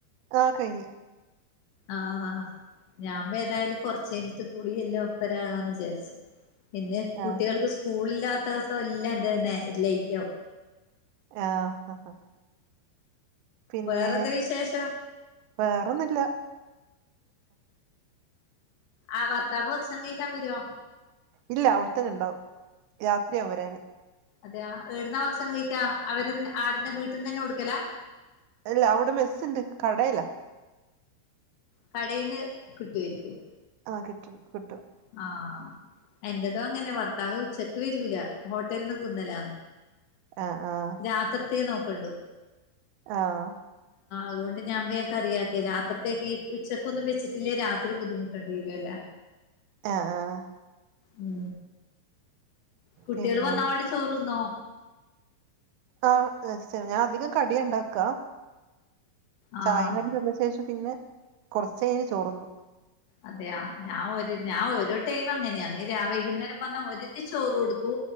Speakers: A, on the right (about 85°); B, on the left (about 70°).
A: ആഹ് കയിഞ്ഞ്
B: ആഹ് ആഹ് ഞാൻ <unintelligible> ഏതായാലും കൊറച്ചയിഞ്ഞിട്ട് കൂളിയെല്ലാം ഒപ്പരാകാന്ന് വിചാരിച്ച് പിന്നെ കുട്ടികൾക്ക്
A: ആഹ്
B: സ്കൂളില്ലാത്ത ദിവസം എല്ലാ എന്റെ നെ ലേറ്റ് ആവും
A: ആഹ് ആഹ് ആഹ് പിന്നെ
B: വേറെന്ത വിശേഷം
A: വേറൊന്നും ഇല്ല
B: ആ ഭർത്താവ് ഭക്ഷണം കഴിക്കാൻ വര്വോ
A: ഇല്ല അവിടെത്തന്നെ ഉണ്ടാവും രാത്രിയാവും വരാന്
B: അതെയ ടുന്ന ഭക്ഷണം കഴിക്കാ അവര് ആടിന്ന വീട്ടിൽ നിന്ന് തന്നെ കൊടുക്കല
A: അല്ല അവിടെ മെസ്സ് ണ്ട് കടേലാ
B: കടേന്ന് കിട്ടുമായിരിക്കും
A: ആഹ് കിട്ട കിട്ടും
B: ആഹ് എന്റെതു അങ്ങനെ ഭർത്താവ് ഉച്ചക്ക് വരൂല ഹോട്ടലിനിന്ന് തിന്നലാന്ന്
A: ആഹ് ആഹ്
B: രാത്രിത്തെ നോക്കണ്ടു
A: ആഹ്
B: അതൊണ്ട് ഞാൻവേഗം കറിയാക്കി രാത്രിത്തേക്ക് പ്പ ഉച്ചക്കൊന്നും വെച്ചിട്ടില്ലേ രാത്രി ബുദ്ധിമുട്ടേണ്ടി വരൂലല്ല
A: ആഹ് ആഹ്
B: ഉ കുട്ടികള്
A: പിന്നെ
B: വന്നപാടി ചോറ്ന്നോ
A: ആഹ ശരി ഞാൻ അധികം കടിയാ ണ്ടാക്കാ
B: ആഹ്
A: ചായേം കടീം തിന്ന ശേഷം പിന്നെ കുറച്ചഴ്ഞ്ഞ് ചോണുണ്ണൂ
B: അതെയ ഞാൻ ഒരു ഞാൻ ഒരു ടൈം അങ്ങനെയാണ് വൈകുന്നേരം വന്ന ഓരിക്ക് ചോറ് കൊടുക്കൂ